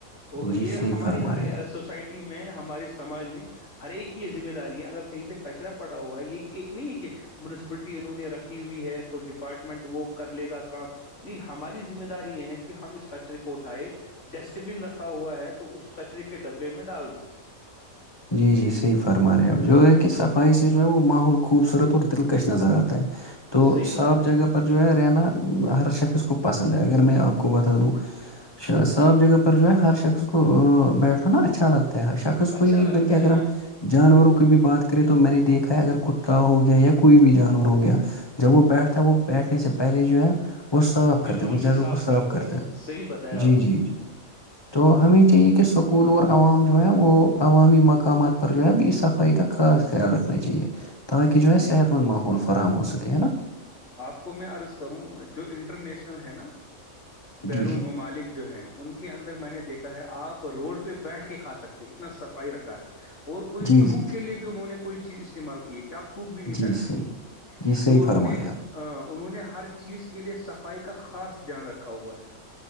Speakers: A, on the left; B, on the left.
A: وہ
B: جی
A: یہ
B: صحیح
A: ہماری
B: فرما
A: ہر
B: رہے ہیں آپ
A: سوسائٹی میں ہمارے سماج میں ہر ایک یہ ذمہ داری ہے اگر کہیں پہ کچرا پڑا ہوا ہے یہ ایک نہیں ہے کہ مونسپلٹی انہوں نے رکھی ہوئی ہے تو ڈپارٹمنٹ وہ کر لے گا کام نہیں ہماری ذمہ داری یہ ہے کہ ہم اس کچرے کو اٹھائے ڈسٹ بن رکھا ہوا ہے تو اس کچرے کے ڈبے میں ڈال دیں
B: جی جی صحیح فرما رہے ہیں آپ جو ہے کہ
A: ہوں
B: صفائی سے جو ہے وہ ماحول خوبصورت اور دلکش نظر آتا ہے تو
A: صحیح
B: صاف
A: بات ہے
B: جگہ پر جو ہے رہنا ہر شخص کو پسند ہے اگر میں آپ کو بتا دوں صاف جگہ پر جو ہے ہر شخص کو بیٹھنا نا اھا لگتا شخص کوئی
A: اچھا
B: نہیں
A: لگتا
B: بلکہ اگر
A: ہے
B: ہم
A: نا
B: جانوروں کو کو بھی بات کرے تو میں نے دیکا ہے اگر کتا ہو گیا یا کوئی بھی جانور ہو گیا جب وہ بیٹھتا ہے وہ بیٹھنے سے پہلے جو ہے وہ صاف
A: اپنی
B: کرتے
A: دم
B: وہ
A: سے
B: جگہ کو صاف
A: کرتا
B: کرتے
A: ہے
B: ہیں
A: صحیح بتایا
B: جی
A: آپ نے
B: جی جی تو ہمیں چاہیے کہ س قولور عوام جو ہے وہ عوامی مقامات پر جو ہے اب اس صفائی کا خاص خیال رکھنا چاہیے کے جو
A: جی
B: صحت مند فاہام ہو سک نا
A: آپ کو میں عرض کروں جو انٹرنییشنل ہے نا بیرون
B: جی جی
A: ممالک جو ہیں ان کے اندر میں نے دیکھا ہے آپ روڈ پہ بیٹھ کے کھا سکتے اتنا سف ائی رکھا ہے اور کوئی
B: جی
A: تھوک
B: جی جی
A: کے لیے بھی انہوں نے کوئی چیز استعمال کیے کہ آپ تھوک بھی نہیں سکتے
B: جی صحیح جی صحیح
A: تو انہوں
B: فرما
A: نے
B: رہے آپ
A: انہوں نے ہر چیز کے لے صفائی کی کا خاص دھیان رکھا ہوا ہے